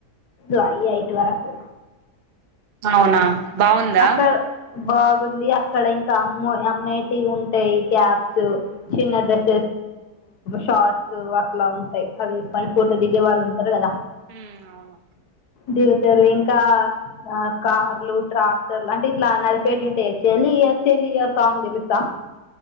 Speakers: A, on the left; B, on the right.
A: లాయి ఎయిట్ వరకు
B: అవునా బాగుందా
A: అక్కడ బాగుంది అక్కడ ఇంకా అమ్మ అమ్మేటి ఉంటాయి క్యాబ్స్ చిన్న డ్రస్ షార్ట్స్ అట్లా ఉంటాయి అవి వేసుకొని ఫోటో దిగే వాళ్ళు ఉంటారు కదా
B: ఉ అవును
A: దిగుతారు ఇంకా ఆ కార్లు ట్రాక్టర్లు అంటే ఇట్లా నడిపేటి ఉంటాయా చెలియా చెలియ సాంగ్ తెలుసా